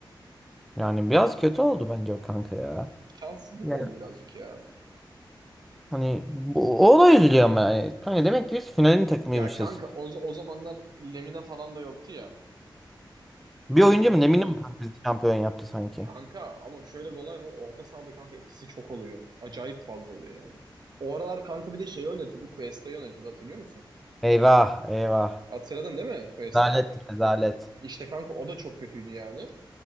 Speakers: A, in the centre; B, on the right.
A: Yani biraz kötü oldu bence o kanka ya.
B: Şanssızlık
A: Yani
B: oldu birazcık ya.
A: Hani bu, o olay üzülüyor ama yani. Kanka demek ki biz finalin takımıymışız.
B: Ya kanka o, o zamanlar Lemina falan da yoktu ya.
A: Bir
B: Lemina'ları
A: oyuncu mu ne
B: falan
A: bileyim mi kanka bizi şampiyon yaptı sanki.
B: Kanka ama şöyle bir olay var. Orta sahada kanka ikisi çok oluyor. Acayip fazla oluyor yani. O aralar kanka bir de şeyi oynatıyordu. Cuesta'yı oynatıyordu hatırlıyor musun?
A: Eyvah eyvah.
B: Hatırladın değil mi Cuesta'yı?
A: Rezalet rezalet.
B: İşte kanka o da çok kötüydü yani.